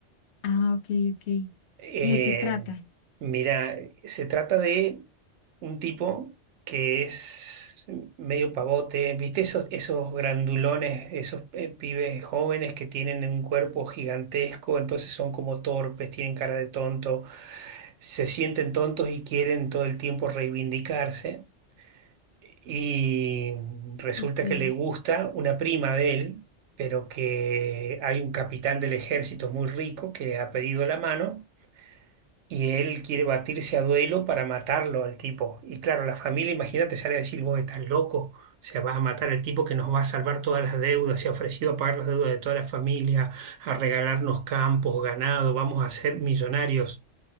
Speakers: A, on the left; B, on the right.
A: Ah, ok, ok.
B: Eh,
A: ¿Y de qué trata?
B: mira, se trata de un tipo que es medio pavote, ¿viste? Esos, esos grandulones, esos eh, pibes jóvenes que tienen un cuerpo gigantesco, entonces son como torpes, tienen cara de tonto, se sienten tontos y quieren todo el tiempo reivindicarse. Y resulta
A: Ok.
B: que le gusta una prima de él, pero que hay un capitán del ejército muy rico que ha pedido la mano y él quiere batirse a duelo para matarlo al tipo. Y claro, la familia, imagínate, sale a decir, vos estás loco, o sea, vas a matar al tipo que nos va a salvar todas las deudas, se ha ofrecido a pagar las deudas de toda la familia, a regalarnos campos, ganado, vamos a ser millonarios.